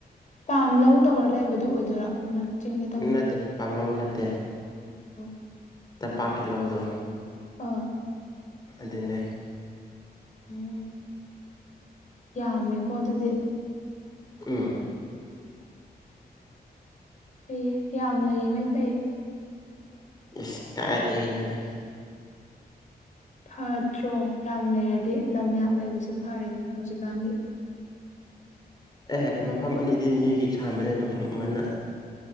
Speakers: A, on the left (about 45°); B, on the left (about 25°).
A: ꯄꯥꯝ ꯂꯧ ꯇꯧꯔ ꯂꯩꯕꯗꯣ ꯑꯣꯏꯗꯣꯏꯔꯣ ꯑꯃ ꯆꯤꯡꯗ
B: ꯎꯝ ꯅꯠꯇꯦ ꯄꯥꯝꯂꯧ ꯅꯠꯇꯦ
A: ꯍꯥ
B: ꯇꯝꯄꯥꯛꯀꯤ ꯂꯧꯗꯣ
A: ꯑꯥ
B: ꯑꯗꯨꯅꯦ
A: ꯎꯝ ꯌꯥꯝꯃꯦꯀꯣ ꯑꯗꯨꯗꯤ
B: ꯀꯦ
A: ꯐꯩꯌꯦ ꯌꯥꯝ ꯂꯩꯔꯤꯃꯩ ꯐꯩꯌꯦ
B: ꯏꯁ ꯀꯥꯏꯗꯒꯤꯅꯣꯗ
A: ꯐꯥꯠꯇ꯭ꯔꯣ ꯌꯥꯝ ꯂꯩꯔꯗꯤ ꯂꯝ ꯌꯥꯝ ꯂꯩꯕꯁꯦ ꯐꯔꯤꯅꯦ ꯍꯧꯖꯤꯛꯀꯥꯟꯗꯤ <inaudible>
B: ꯑꯦ ꯃꯐꯝ ꯑꯅꯤꯗꯤ ꯃꯤꯒꯤ ꯁꯥꯟꯕꯅꯦ ꯃꯐꯝ ꯑꯃꯅ